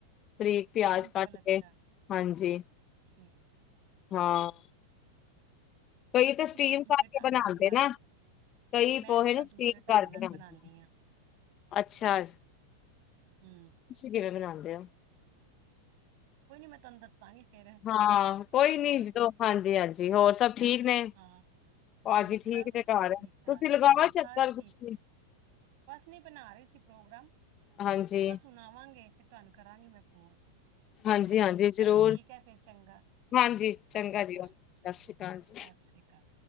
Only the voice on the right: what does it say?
ਸਿੰਪਲ
ਅੱਛਾ
ਠੀਕ,
ਅਸੀਂ
ਵੈਸੇ ਦੂਜੇ
ਢੰਗ
ਨਾਲ ਬਣਾਉਦੇ
ਮੈਂ
ਥੋੜ੍ਹਾ
ਦੂਸਰੇ ਢੰਗ
ਨਾਲ
ਬਣਾਉਂਦੀ
ਹਾਂ,
ਹਮ
ਕੋਈ ਨੀ ਮੈਂ ਤੁਹਾਨੂੰ ਦੱਸਾਂਗੀ ਫੇਰ
ਹੋਰ
ਹਾਂ
ਹਾਂਜੀ
ਸਭ ਵਧੀਆ
ਠੀਕ ਠਾਕ
ਹਾਂ ਸਾਰੇ
ਠੀਕ
ਬਸ ਨਹੀਂ ਬਣਾ ਰਹੇ ਸੀ ਪ੍ਰੋਗਰਾਮ
ਬਸ ਹੁਣ ਆਵਾਂਗੇ ਫਿਰ ਤੁਹਾਨੂੰ ਕਰਾਂਗੀ ਮੈਂ ਫੋਨ
ਹਾਂ ਚਲੋ
ਠੀਕ ਹੈ ਫਿਰ ਚੰਗਾ
ਸਤਿ ਸ੍ਰੀ ਅਕਾਲ
ਸਤਿ ਸ਼੍ਰੀ ਅਕਾਲ।